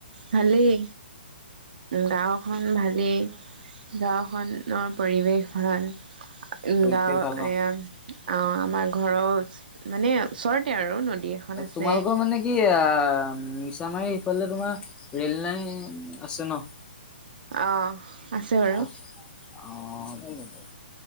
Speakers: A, on the right (about 55°); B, on the left (about 15°).
A: ভালেই, গাওঁখন ভাল। লেই গাঁওখনৰ পৰিৱেশ ভাল। উম,
B: পৰিৱেশ
A: গাঁও
B: ভাল ন
A: এইয়া আ-আমাৰ ঘৰৰ মানে ওচৰতে আৰু নদী, এখন আছে
B: তোমালোকৰ মানে কি আ মিছামাৰী সিফালে তোমাৰ ৰেল লাইন আছে ন'?
A: অ'। আছে বাৰু
B: আ অ <unintelligible>